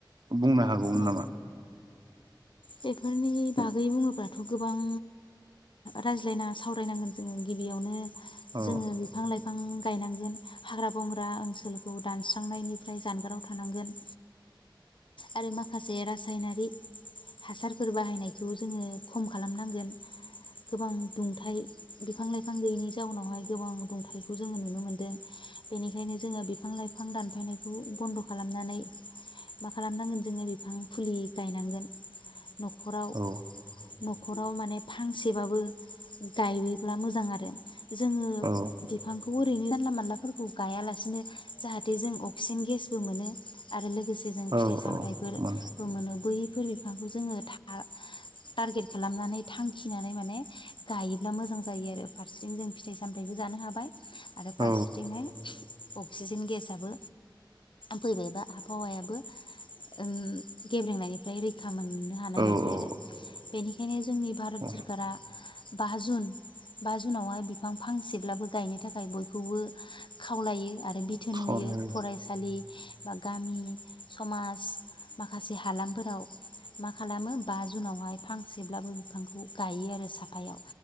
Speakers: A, on the right (about 60°); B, on the left (about 80°).
A: बुंनो हागौमोन
B: औ
A: नामा?
B: बेफोरनि बागै बुङोब्लाथ' गोबां रायज्लायना सावरायनांगोन जोङो गिबियावनो
A: औ
B: जोङो बिफां-लाइफां, फां गायनांगोन हाग्रा-बंग्रा ओनसोलखौ दानस्रांनायनिफ्राय जानगाराव थानांगोन। आरो माखासे रासायनारि हासारफोर बाहायनायखौ जोङो खम खालामनांगोन गोबां दुंथाय बिफां लाइफां गैयैनि जाउनावहाय गोबां दुंथाइखौ जोङो नुनो मोनदों बेनिखायनो जोङो बिफां लाइफां दानफायनायखौ बन्द' खालामनानै खालामनांगोन जोङो बिफां फुलि गायनांगोन। न'खराव
A: औ
B: न'खराव माने फांसेबाबो। गायोब्ला मोजां आरो जोङो
A: औ
B: बिफांखौ ओरैनो जानला मोनलाफोरखौ गाया लासिनो जाहाते जों अक्सिजेन गेसबो मोनो आरो लोगोसे फिथाइ
A: औ
B: सामथाइफोरबो
A: औ मोन
B: मोनो बै फोर बिफांखौ जोङो था टारगेट खालामनानै थांखिनानै माने गायोब्ला मोजां जायो आरो फारसेथिं जों फिथाइ सामथाइबो जानो हाबाय। आरो फारसेथिंहाय
A: औ
B: अक्सिजेन गेसआबो फैबायबा आबहावायाबो ओम गेब्रेंनायनि फ्राय रैखा मोननो हानाय
A: औ
B: बायदि
A: औ
B: आरो बेनि <unintelligible> जोंनि भारत
A: औ
B: सोरकारा। बा जुन बा जुनावहाय बिफां फांसेब्लाबो गायनो थाखाय बयखौबो खावलायो। आरो बिथोन
A: खावलाय
B: होयो फरायसालि बा गामि समाज माखासे हालामफोराव मा खालामो बा जुनावहाय फांसेब्लाबो बिफांखौ गायो आरो साफायाव